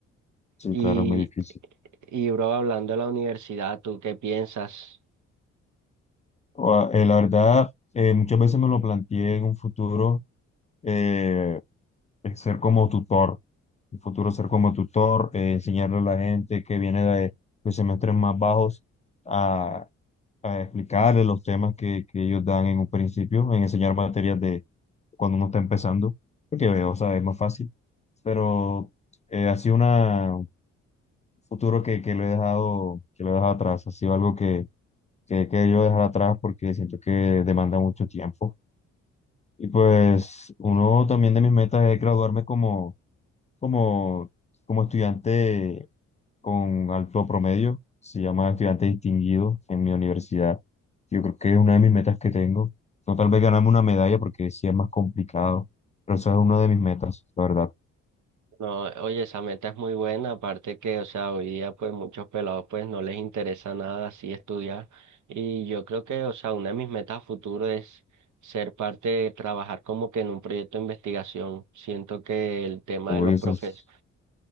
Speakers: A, on the left; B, on the right.
A: Sí,
B: Y,
A: claro, es muy difícil.
B: y bro, hablando de la universidad, ¿tú qué piensas?
A: Ua- eh, la verdad, eh, muchas veces me lo planteé en un futuro, eh, el ser como tutor, en un futuro ser como tutor, eh, enseñarle a la gente que viene de, de semestres más bajos a, a explicarle los temas que, que ellos dan en un principio, en enseñar materias de cuando uno está empezando, porque, eh, o sea, es más fácil. Pero eh, ha sido una, un futuro que, que lo he dejado, que lo he dejado atrás, ha sido algo que que he querido dejar atrás porque siento que demanda mucho tiempo. Y pues uno también de mis metas es graduarme como, como, como estudiante con alto promedio, se llama estudiante distinguido en mi universidad. Yo creo que es una de mis metas que tengo. No tal vez ganarme una medalla porque sí es más complicado, pero esa es una de mis metas, la verdad.
B: No, oye, esa meta es muy buena, aparte que, o sea, hoy día pues muchos pelados pues no les interesa nada así estudiar y yo creo que, o sea, una de mis metas a futuro es ser parte de trabajar como que en un proyecto de investigación. Siento que el tema
A: O
B: de los
A: ese
B: profes,
A: es,